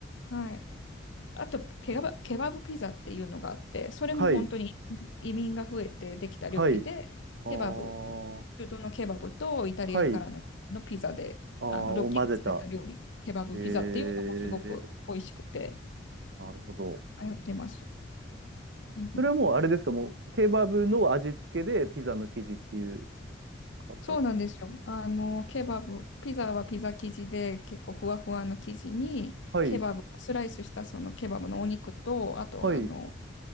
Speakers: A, on the left; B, on the right.
A: はい。あと、ケバブ、ケバブピザっていうのがあって、それも本当に移民が増えてできた料理で、
B: はい、はい、あー、
A: ケバブ、中東のケバブとイタリアからの、
B: はい、
A: のピザで、
B: あーを混ぜた。
A: あの、ドッキングされた料理、ケバブピザっていうのもすごく美味しくて、
B: えー、なるほど。
A: 流行ってます。うんうん
B: それはもうあれですか、もうケバブの味付けでピザの生地っていう形なんですね。
A: そうなんですよ。あの、ケバブ、ピザはピザ生地で結構ふわふわな生地に、
B: はい、
A: ケバブ、スライスしたそのケバブのお肉と、あとはあの、
B: はい、うん